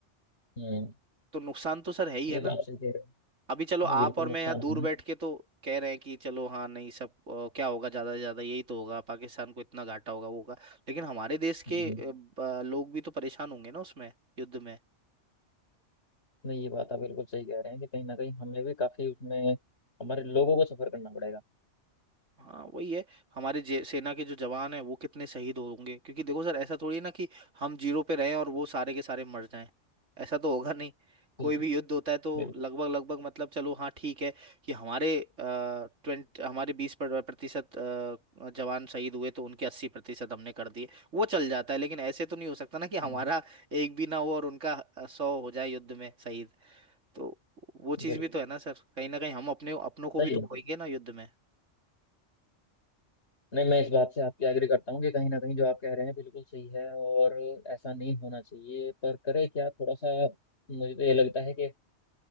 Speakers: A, on the left; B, on the right.
A: हम्म
B: तो नुकसान तो सर है ही
A: ये
B: है ना
A: तो आप सही कह रहे हो
B: अभी चलो आप
A: नहीं बिल्कुल
B: और
A: नुकसान
B: मैं यहाँ दूर
A: है हम्म
B: बैठ के तो कह रहे हैं कि चलो हाँ नहीं सब अ, क्या होगा ज्यादा से ज्यादा यही तो होगा पाकिस्तान को इतना घाटा होगा वो होगा लेकिन हमारे देश
A: हम्म।
B: के अ, ब- लोग भी तो परेशान होंगे ना उसमें युद्ध में
A: नहीं ये बात आप बिल्कुल सही कह रहे हैं कि कहीं ना कहीं हमें भी काफी उसमें हमारे लोगों को सफर करना पड़ेगा
B: हाँ वही है हमारे जे, सेना के जो जवान हैं वो कितने शहीद होंगे क्योंकि देखो सर ऐसा थोड़ी है ना कि हम जीरो पे रहें और वो सारे के सारे मर जाएं ऐसा तो होगा नहीं
A: सही
B: कोई भी
A: बात
B: युद्ध होता है तो
A: बिल्कुल
B: लगभग लगभग मतलब चलो हाँ ठीक है कि हमारे ट्वेंट हमारे बीस प्रतिशत अ, जवान शहीद हुए तो उनके अस्सी प्रतिशत हमने कर दिए वो चल जाता है लेकिन ऐसे तो नहीं हो सकता ना कि हमारा
A: हम्म,
B: एक भी ना हो और उनका अ, सौ हो जाए युद्ध में शहीद तो वो चीज़
A: बिल्कुल
B: भी तो है ना सर कहीं ना कहीं हम अपने अपनों को
A: सही
B: भी तो
A: बात
B: खोएंगे
A: है
B: ना युद्ध में
A: नहीं मैं इस बात से आपकी एग्री करता हूँ कि कहीं ना कहीं जो आप कह रहे हैं बिल्कुल सही है और ऐसा नहीं होना चाहिए पर करे क्या थोड़ा सा मुझे तो ये लगता है कि